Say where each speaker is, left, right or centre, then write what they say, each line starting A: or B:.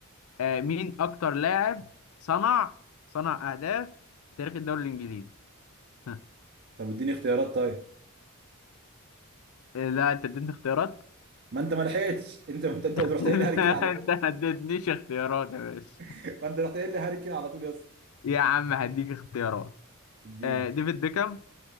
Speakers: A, on the left; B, on the right.
A: آه مين اكتر لاعب صنع صنع اهداف في تاريخ الدوري الانجليزي <laughs>
B: طب اديني اختيارات طيب
A: لا انت اديتني اختيارات
B: ما انت ما لحقتش <laughs> انت ما انت انت
A: <laughs>
B: رحت قايل لي هاري كين
A: لا
B: على طول
A: انت ما اديتنيش اختيارات يا باشا
B: <laughs> ما انت رحت قايل لي هاري كين على طول يا اسطى
A: يا عم هديك اختيارات
B: اديني
A: آه ديفيد بيكهام